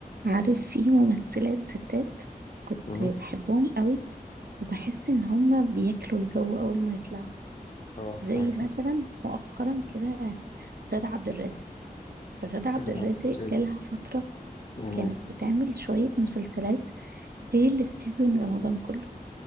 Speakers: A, on the right; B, on the left.
A: عارف في ممثلات ستات كنت
B: مم.
A: بحبهم
B: آه.
A: قوي وبحس ان هما بياكلوا الجو اول ما يطلعوا
B: اه فعلا
A: زي مثلا مؤخرا كده غادة عبد الرازق غادة عبد
B: غير
A: الرازق
B: عن الرازق
A: جالها فترة
B: مم.
A: كانت بتعمل شوية مسلسلات هي اللي في سيزون رمضان كله